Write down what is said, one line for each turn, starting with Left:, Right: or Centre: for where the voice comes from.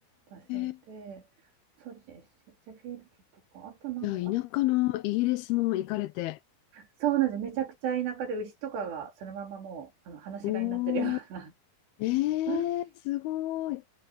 Right: 場所で、
Left: え。
Right: そうですよ。シェフィールドとか、あとなんだろう、
Left: じゃあ、田舎のイギリスも行かれて。
Right: あ、そうなんです。めちゃくちゃ田舎で牛とかがそのままもうあの放し飼いになってるような。
Left: おー、えー、
Right: <laughs>
Left: すごい。